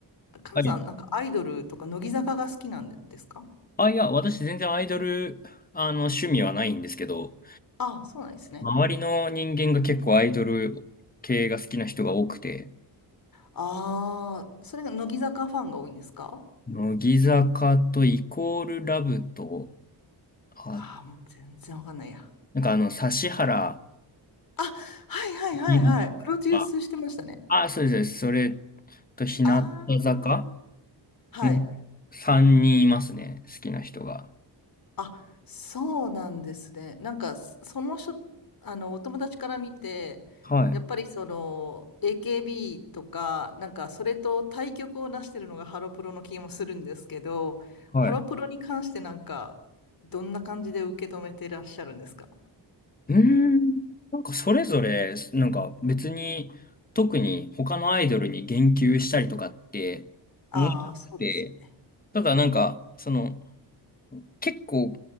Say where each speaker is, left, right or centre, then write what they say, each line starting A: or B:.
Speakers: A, on the left; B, on the left.
A: かなさん、
B: はい。
A: なんかアイドルとか、乃木坂が好きなんですか
B: あ、いや、私全然アイドル、あの、趣味はないんですけど、
A: ああ、そうなんですね。
B: 周りの人間が結構アイドル系が好きな人が多くて、
A: ああ、それが乃木坂ファンが多いんですか
B: 乃木坂とイコールラブと、あ、
A: ああ、もう全然わかんないや。
B: なんかあの、指原
A: あ、はいはいはいはい。
B: 莉乃
A: プロデュースしてましたね。
B: が、あ、そうです、そうですそれと日向坂
A: ああ、はい。
B: の3人いますね、好きな人が。
A: あ、そうなんですね。なんか、そその人、あの、お友達から見て、
B: はい、
A: やっぱりその、AKB とか、なんか、それと対極をなしてるのがハロプロの気もするんですけど、
B: はい。
A: ハロプロに関してなんか、どんな感じで受け止めてらっしゃるんですか
B: うーん。なんかそれぞれ、なんか別に特に他のアイドルに言及したりとかって思わなくて、
A: ああー、そうですよね。
B: ただなんか、その結構